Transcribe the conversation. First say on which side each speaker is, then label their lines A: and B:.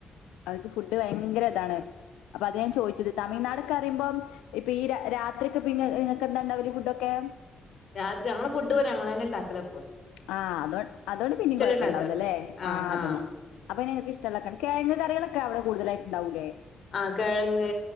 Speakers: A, on the left; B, on the left.
A: അവക്ക് ഫുഡ് ഭയങ്കര താണ് അപ്പൊ അത് ഞാൻ ചോദിച്ചത് തമിഴ്നാട്. ക്കറിമ്പം ഇപ്പൊ ഈ രാ രാത്രിക്കെ പിന്നെ നിങ്ങക്ക് എന്താ ഉണ്ടാവല് ഫുഡ് ഒക്കെ.
B: രാത്രി ഞങ്ങൾ ഫുഡ് പറിം ഞങ്ങളന്നെ ണ്ടാക്കല
A: ആഹ് അതോ അതോണ്ട് പിന്നീ കൊഴപ്പുണ്ടാവൂലല്ലേ
B: ഉണ്ടാക്കാം ആ
A: ആഹ് അതന്നെ.
B: ആ
A: അപ്പൊ പിന്നെ നിങ്ങൾക്ക്ഷ്ടള്ളക്ക കേങ് കറികളൊക്കെ അവ്ടെ കൂടുതലായിട്ട്ണ്ടാവൂല്ലേ?
B: ആഹ് കെഴങ്ങ്